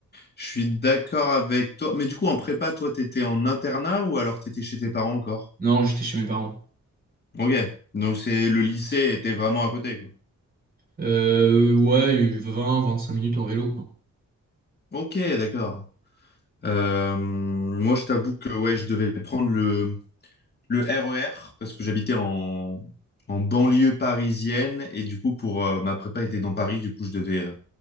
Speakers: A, on the left (about 35°); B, on the right (about 30°).
A: je suis d'accord avec toi. Mais du coup, en prépa, toi, t'étais en internat ou alors t'étais chez tes parents encore?
B: Non, j'étais chez mes parents.
A: Ok, donc c'est le lycée était vraiment à côté, quoi.
B: Euh, ouais, vingt, vingt-cinq minutes en vélo, quoi.
A: Ok, d'accord. Euh, moi, je t'avoue que ouais, je devais prendre le le RER, parce que j'habitais en, en banlieue parisienne, et du coup, pour euh, ma prépa était dans Paris, du coup, je devais, euh,